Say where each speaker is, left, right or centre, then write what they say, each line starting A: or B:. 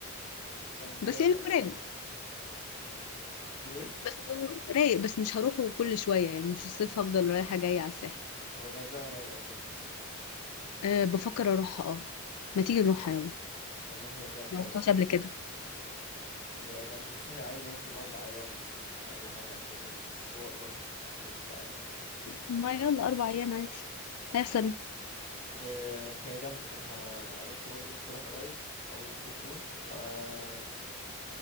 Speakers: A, on the left; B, on the left.
A: طب
B: بس
A: جامد
B: يعني هو رايق
A: والله بتقول ايه
B: بس هو رايق بس مش هروحه كل شويه يعني مش الصيف هفضل رايحه جايه على الساحل
A: هو الغردقة رايقة برضه
B: أه بفكر اروحها اه ما تيجي نروحها يلا
A: والله هي جامدة
B: ما رحتهاش
A: أوي
B: قبل كده
A: هي جامدة بس هي عايزة مثلا أربع أيام أقل حاجة عشان مشوار برضو ست ساعات
B: ما يلا اربع ايام عادي هيحصل
A: آه، هي جامدة صراحة أنا رحت برضو لسه رايح قريب أول الصيف كده آه،